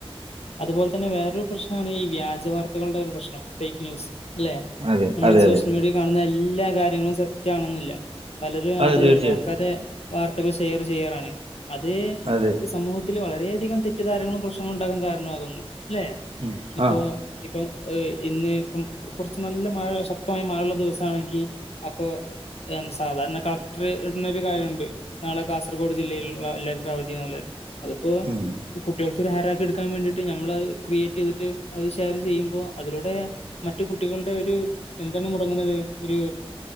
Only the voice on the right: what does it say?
അതെ
അതെ
അതെ
അതെ
തീർച്ചയായിട്ടും
അതെ
ഉം
ആ
ഉം